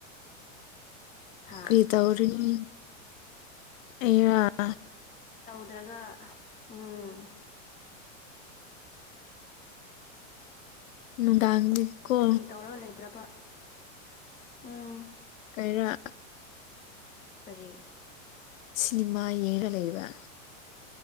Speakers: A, on the left; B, on the left.
A: ꯍꯥ
B: ꯀꯔꯤ ꯇꯧꯔꯤꯅꯤ ꯑꯩꯅ
A: ꯇ꯭ꯔꯒ ꯎꯝ
B: ꯅꯨꯗꯥꯡꯗꯤ ꯀꯣ
A: ꯀꯔꯤ ꯇꯧꯔꯒ ꯂꯩꯕ꯭ꯔꯕ ꯎꯝ
B: ꯀꯩꯔꯥ
A: ꯀꯔꯤ
B: ꯁꯤꯟꯅꯦꯃꯥ ꯌꯦꯡꯂꯒ ꯂꯩꯕ꯭ꯔ